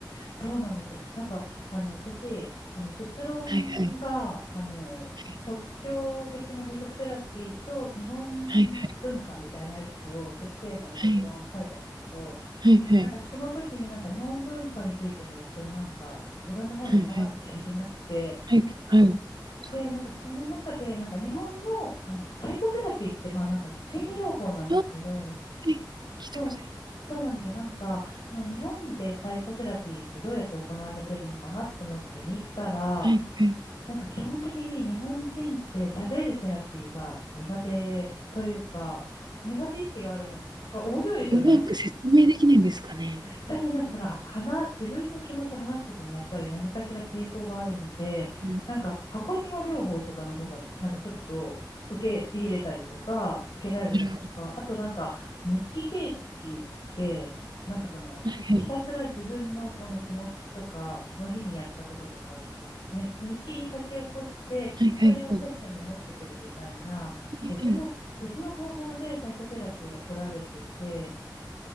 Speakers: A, on the left; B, on the right.
A: そうなんですよ。なんか、あの、私、あの、卒論が、
B: はいはい、
A: あの、
B: はい。
A: 即興的なミュージックセラピーと日本文化みたいなやつをちょっとテーマに卒論書いたんですけど、
B: はいはいはい。はいはい。
A: なんかその時になんか日本文化についても一応なんかいろんな本読まなくちゃいけなくて、
B: はいはい。はい、はい。そう。
A: で、なんかその中でなんか日本の、あのサイコセラピーってまあなんか心理療法なんですけど、
B: あ、はいはいそうあはい聞いたことある。
A: そう、そうなんですよ。なんか、その日本でサイコセラピーってどうやって行われてるのかなと思って見たら、
B: はいはい。
A: なんか基本的に日本人って喋るセラピーが苦手というか、苦手意識があるのが面白いですよね。
B: うまく説明できないんですかね？
A: 多分なんかその、あ話、自分の気持ちを話すことにやっぱり何かしら抵抗があるので、
B: うん、
A: なんか箱庭療法とかの方が、なんかちょっと受け入れたりとか、受けられたりとか、
B: なるほ
A: あとなんか日記形式で、なんかその、
B: ど。はいはい。
A: ひたすら自分のこの気持ちとか、その日にやったこととかを、ね、日記に書き起こして、
B: はいはいはい。
A: それをセッションで持ってくるみたいな、
B: はいはい。
A: 別の、別の方法でサイコセラピーが取られてて、